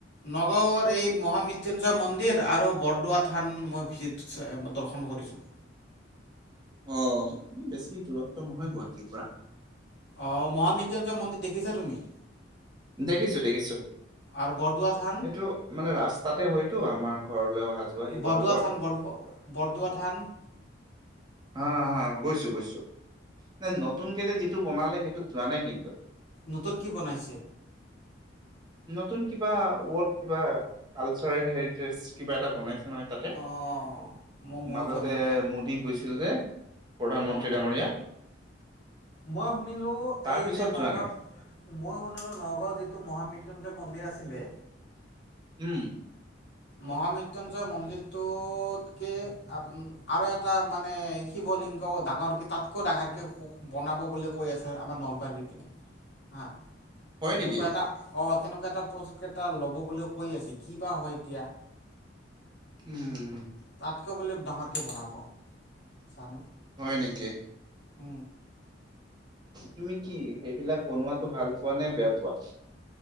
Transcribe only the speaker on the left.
নগাঁওৰ এই মহা মৃত্যুঞ্জয় মন্দিৰ আৰু বৰদোৱা থান মই ভিছিত, দৰ্শন কৰিছোঁ।
অ', মহা মৃত্যুঞ্জয় মন্দিৰ দেখিছা তুমি?
আৰু বৰদোৱা থান
বৰদোৱা থান বৰ বৰদোৱা থান?
নতুন কি বনাইছে?
অ' মই ময়ো
যোৱা নাই এইবিলাক।
অ'
মই শুনিলোঁ
এই
যে নগাঁও
মই শুনিলোঁ নগাঁৱৰ যিটো মহামৃত্যুঞ্জয় মন্দিৰ আছিলে
মহামৃত্যুঞ্জয় মন্দিৰটোত কে আৰু এটা মানে শিৱলিংগ ডাঙৰক তাতকৈও ডাঙৰকৈ ওখ বনাব বুলি কৈ আছে আমাৰ নলবাৰীৰ পিনে, হা।
তেনেকুৱা
এটা অ', তেনেকুৱা এটা প্ৰজেক্ট এটা ল'ব বুলি কৈ আছে কি বা হয়, এতিয়া।
তাতকেও বোলে ডাঙৰকে বনাব, জানো।
উম।